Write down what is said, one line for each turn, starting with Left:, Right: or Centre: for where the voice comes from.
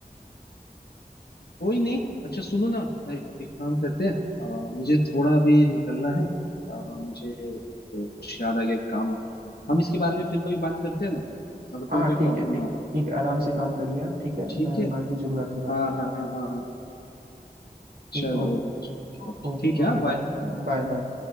Left: कोई नहीं अच्छा सुनो ना भाई एक काम करते हैं अ, मुझे थोड़ा अभी निकलना है अ, मुझे अ, कुछ याद आ गया एक काम है हम इसके बारे में फिर कभी बात करते हैं ना अगर तुम्हें
Right: हाँ हाँ
Left: कोई प्रॉब्लम
Right: ठीक है ठीक
Left: ना हो
Right: है
Left: तो
Right: ठीक है आराम से काम करिए आप ठीक है
Left: ठीक
Right: मैं
Left: है
Right: बाद में जरूर आपसे बात
Left: हाँ
Right: करता
Left: हाँ
Right: हूँ
Left: हाँ हाँ।
Right: ठीक
Left: चलो
Right: okay
Left: चलो ओके ओके,
Right: Okay
Left: ठीक है
Right: okay
Left: बाय
Right: bye Bye bye